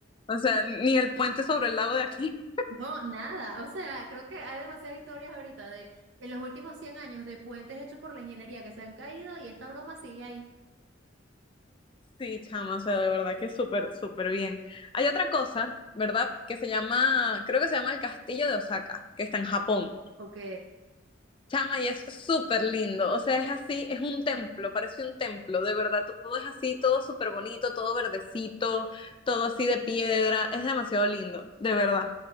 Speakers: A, on the left (about 25°); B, on the right (about 65°).
A: O sea, ni el puente sobre el lago de aquí.
B: no, nada. O sea, creo que hay demasiadas historias ahorita de en los últimos 100 años de puentes hechos por la ingeniería que se han caído y esta broma sigue ahí.
A: Sí, chama, o sea, de verdad que súper, súper bien. Hay otra cosa, ¿verdad? Que se llama, creo que se llama el Castillo de Osaka, que está en Japón.
B: Ok.
A: Chama, y es súper lindo. O sea, es así, es un templo, parece un templo. De verdad, todo es así, todo súper bonito, todo verdecito, todo así de piedra. Es demasiado lindo, de verdad.